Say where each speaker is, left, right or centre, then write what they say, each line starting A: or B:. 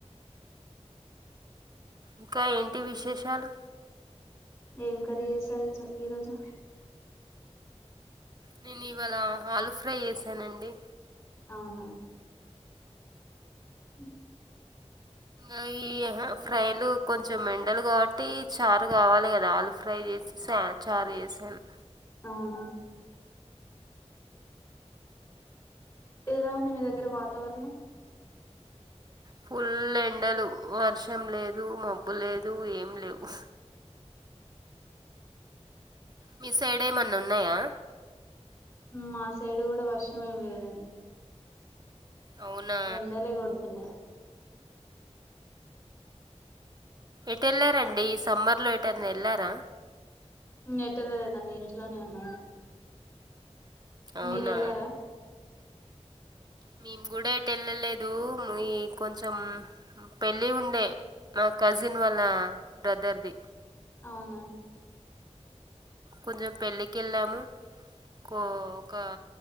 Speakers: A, on the right; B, on the left.
A: ఇంకా ఏంటి విశేషాలు
B: ఏం కర్రీ చేసారు ఈరోజు
A: నేను ఇవాళ ఆలు ఫ్రై చేసానండి
B: అవునా హ్
A: ఆ ఈ ఫ్రైలు కొంచెం ఏండలు కాబట్టి చారు కావాలి కదా ఆలు ఫ్రై చేసి చారు చేసాను
B: అవునా ఎలా ఉంది మీ దగ్గర వాతావరణం
A: ఫుల్ ఎండలు వర్షం లేదు మబ్బు లేదు ఏం లేవు మీ సైడ్ ఏమన్నా ఉన్నాయా
B: మా సైడ్ కూడా వర్షం ఏమి లేదండి
A: అవునా
B: ఎండలే కొడుతున్నాయి
A: ఎటళ్ళారండి ఈ సమ్మర్ లో ఏటనా వెళ్లారా
B: ఎట్ ఎళ్ళలేదండి ఇంట్లోనే ఉన్నా
A: అవునా
B: మీర వెళ్లారా
A: మేము కూడా ఏటేలాలేదు మీ కొంచెం పెళ్ళి ఉండే మా కజిన్ వాళ్ళ బ్రదర్ది
B: అవునా
A: కొంచెం పెళ్ళికి వెళ్ళాము ఒక ఒక